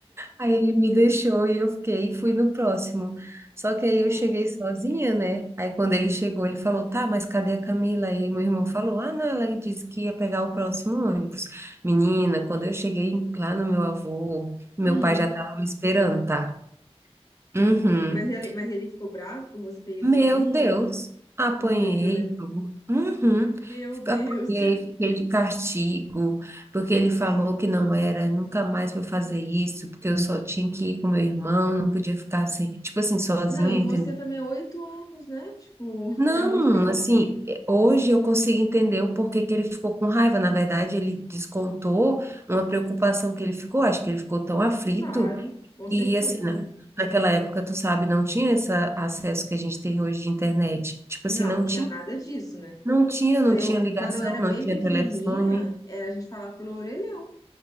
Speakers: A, on the right (about 25°); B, on the left (about 35°).
A: Aí ele me deixou e eu fiquei e fui no próximo. Só que aí
B: Não.
A: eu cheguei sozinha, né? Aí quando ele chegou, ele falou: "Tá, mas cadê a Camila?" Aí meu irmão falou: "Ah, não, ela disse que ia pegar o próximo ônibus." Menina, quando eu cheguei lá no meu avô, meu
B: Hum,
A: pai já estava me esperando, tá? Uhum.
B: mas ele, mas ele ficou bravo por você ter ido
A: Meu
B: sozinha?
A: Deus, apanhei
B: Muito, né?
A: tudo. Uhum.
B: Meu Deus.
A: Apanhei, fiquei de castigo, porque ele falou que não era nunca mais para fazer isso, porque eu só tinha que ir com meu irmão, não podia ficar assim, tipo assim, sozinha,
B: Não, e você
A: entendeu?
B: também, é oito anos, né? Tipo,
A: Não,
B: é muito pequeno.
A: assim, eh, hoje eu consigo entender o porquê que ele ficou com raiva. Na verdade, ele descontou uma preocupação que ele ficou, acho que ele ficou tão aflito,
B: Claro, com certeza.
A: e assim, na Naquela época, tu sabe, não tinha esse acesso que a gente tem hoje de internet. Tipo assim,
B: Não,
A: não
B: não
A: tinha
B: tinha nada disso, né?
A: não tinha, não
B: Eu,
A: tinha ligação,
B: quando eu era
A: não
B: bem
A: tinha
B: pequenininha,
A: telefone.
B: era a gente falar pelo orelhão.